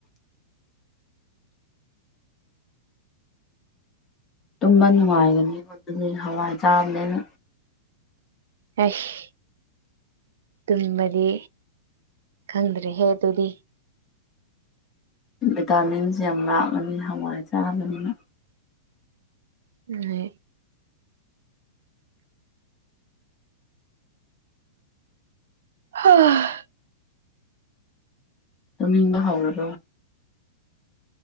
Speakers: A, on the left; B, on the right.
A: ꯇꯨꯝꯕ ꯅꯨꯡꯉꯥꯏꯒꯅꯤꯀꯣ ꯑꯗꯨꯗꯤ ꯍꯋꯥꯏ ꯆꯥꯕꯅꯤꯅ
B: ꯑꯩꯁ ꯇꯨꯝꯕꯗꯤ ꯈꯪꯗ꯭ꯔꯦꯍꯦ ꯑꯗꯨꯗꯤ
A: ꯚꯤꯇꯥꯃꯤꯟꯁꯦ ꯌꯥꯝ ꯂꯥꯛꯂꯅꯤ ꯍꯋꯥꯏ ꯆꯥꯔꯕꯅꯤꯅ
B: ꯍꯣꯏ꯫ <unintelligible>
A: ꯇꯨꯝꯅꯤꯡꯕꯥ ꯍꯧꯔꯕꯣ